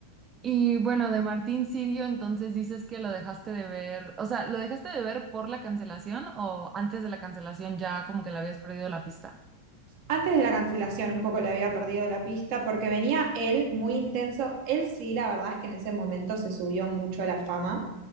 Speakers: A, on the right (about 25°); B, on the right (about 45°).
A: y bueno, de Martín Sirio, entonces dices que lo dejaste de ver, o sea, ¿lo dejaste de ver por la cancelación o antes de la cancelación ya como que le habías perdido la pista?
B: Antes de la cancelación, un poco le había perdido la pista porque venía él muy intenso. Él sí, la verdad es que en ese momento se subió mucho a la fama